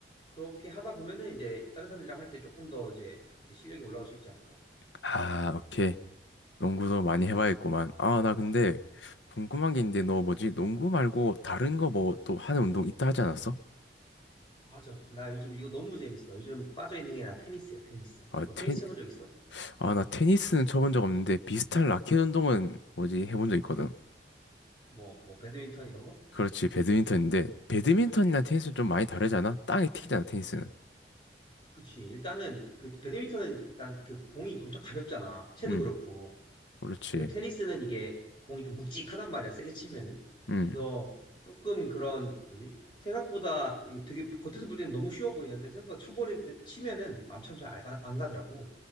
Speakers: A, on the left; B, on the left.
A: 그렇게 하다 보면은 이제 다른 사람들이랑 할 때 조금 더 이제 실력이 올라올 수 있지 않을까.
B: 아, 오케이. 농구도 많이 해봐야겠구만. 아, 나 근데 궁금한 게 있는데 너 뭐지? 농구 말고 다른 거 뭐 또 하는 운동 있다 하지 않았어?
A: 아, 맞아. 나 요즘 이거 너무 재밌어. 요즘 빠져있는 게 나 테니스야, 테니스.
B: 아,
A: 너
B: 테니,
A: 테니스 쳐본 적 있어?
B: 아, 나 테니스는 쳐본 적 없는데 비슷한 라켓 운동은 뭐지? 해본 적 있거든.
A: 뭐, 뭐, 배드민턴 이런 거?
B: 그렇지, 배드민턴인데 배드민턴이나 테니스는 좀 많이 다르지 않아? 땅에 튀기잖아, 테니스는.
A: 그치. 일단은, 그, 배드민턴은 일단 그 공이 엄청 가볍잖아. 채도
B: 음,
A: 그렇고.
B: 그렇지.
A: 근데 테니스는 이게 공이 좀 묵직하단 말이야, 세게 치면은.
B: 음,
A: 그래서 조금 그런, 뭐지? 생각보다 이게 되게 겉에서 볼 때는 너무 쉬워 보이는데 생각보다 쳐버리면, 치면은 맘처럼 잘 안 가더라고.